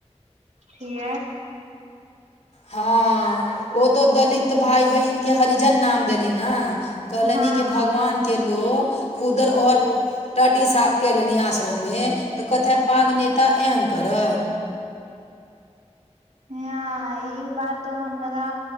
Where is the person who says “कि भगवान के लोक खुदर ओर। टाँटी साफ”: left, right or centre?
Left